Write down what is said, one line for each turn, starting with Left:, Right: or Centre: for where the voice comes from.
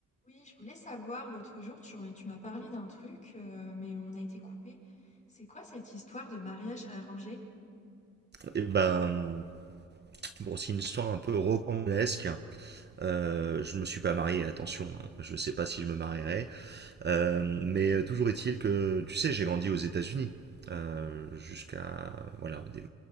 Left: Oui, je voulais savoir, l'autre jour, tu, tu m'as parlé d'un truc, euh, mais on a été coupé. C'est quoi cette histoire de mariage arrangé?
Right: Et ben, bon, c'est une histoire un peu rocambolesque. Euh, je me suis pas marié, attention, hein. je sais pas si je me marierai. Euh, mais toujours est-il que, tu sais, j'ai grandi aux États-Unis euh, jusqu'à voilà des-